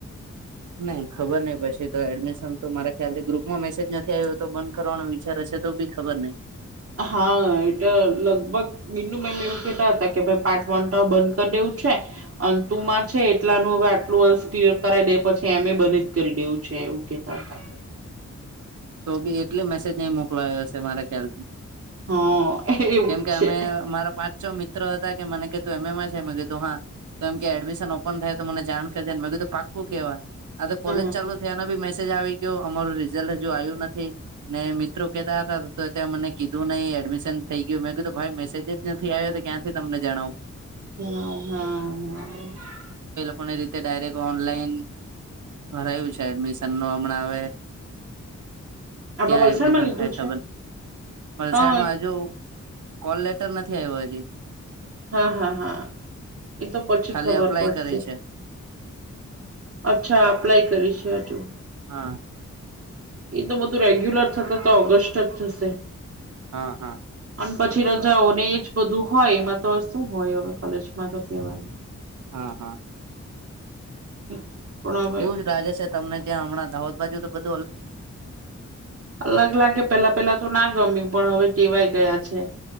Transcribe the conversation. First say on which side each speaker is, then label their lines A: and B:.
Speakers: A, on the right (about 80°); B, on the right (about 45°).
A: નહી ખબર નહિ પછી તો એડમિશન તો મારે ખ્યાલથી ગ્રુપમાં મેસેજ નથી આવ્યો તો બંધ કરવાનો વિચાર જ છે. તો ભી ખબર નહી.
B: હા એટલે લગભગ બીનુ મેમ એવું કેતા હતા કે ભઈ પાર્ટ વન તો બંધ કરી દેવ. છે. અંતુમાં છે એટલાનું હવે આટલું વર્ષ ક્લીયર કરાવ દે પછી એમે બને જ કરી દેવું છે. તે એવું કેતા હતા.
A: તો બી એટલે મેસેજ નહી, મોકલા્યો હશે મારા ખ્યાલથી
B: હા એવું
A: કેમ,
B: જ
A: કે
B: છે
A: અમે અમારા પાંચ મિત્રો હતા કે મને ક તું એમેમાં છે. મેં કીધું હા તો એમ કે એડમિશન ઓપન થાય તો મને જાણ કરજને, મે બી તો પાક્કું કેવા આ
B: હમ
A: તો કોલેજ ચાલુ થયા, એનો બી મેસેજ આવી ગયો અમારું રી રઝલ્ટ હજુ આવ્યું નથી ને મિત્રો કતા હતા તો ત્યાં મને કીધું નહી, એડમિશન થઈ ગયું મેં કીધુ ભાઈ મેસેજ જ નથી, આવ્યો તો ક્યાંથી તમને જણાવુ
B: જ હા, હા
A: કોને રીતે ડાયરેક્ટ ઓનલાઈન કરરાયું છે, એડમિશન ન હમણા હ
B: આપડે
A: ક્યા,
B: વલસાડમાં
A: એડમિશન
B: લીધું
A: થાય ખબર
B: છે
A: વલસાડમા,
B: હા
A: હજુ કોલ લેટર નથી, આવ્યો હજી
B: હા હા હા એ તો પછી
A: ખાલી
B: ખબર
A: અપ્લાય
B: પડશે.
A: કરે છે
B: અચ્છા અપ્લાય કરીશે હજુ.
A: હા.
B: એ તો બધું રેગ્યુલર થતા તો ઓગસ્ટ જ થશે.
A: હા હા.
B: પછી રજાઓને એજ બધું હોય એમાં તો શું હોય હવે કોલેજમાં તો કેવાનું.
A: હા હા.
B: એટલે. પણ હવે
A: એવું જ લાગે છે તમને ત્યાં હમણાં દાહોદ બાજુ તો બધ
B: અલગ લાગે. પેલા-પેલા તો ના ગમ્યું પણ હવે ટેવાય ગયા છે.